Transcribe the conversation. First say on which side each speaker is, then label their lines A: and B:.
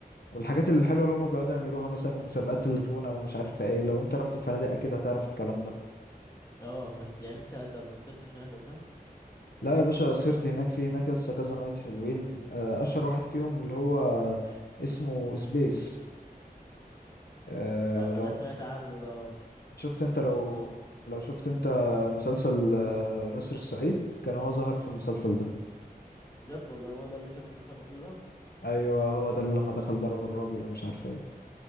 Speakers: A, on the left (about 80°); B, on the left (about 20°).
A: والحاجات الحلوه اللي هما بيقعدوا يعملوها مثلا ومسابقات الغنى ومش عارفه ايه لو انت رحت الفنادق اكيد هتعرف الكلام ده
B: اه بس يعني انت طب ما سرتش هناك او كده
A: لا يا باشا سهرت هناك في هناك لسه كذا نايت حلوين آه، اشهر واحد فيهم اللي هو اسمه سبيس أه
B: اه
A: لو
B: انا سمعت عنه ده اه
A: شفت انت
B: سمعت
A: لو
B: انه
A: لو شفت انت مسلسل آه، نسر الصعيد كان هو ظهر في المسلسل ده
B: بجد والله هو ده اللي كانوا بيتخانقوا فيه ده
A: ايوه هو ده اللي لما دخل ضرب الراجل ومش عارف ايه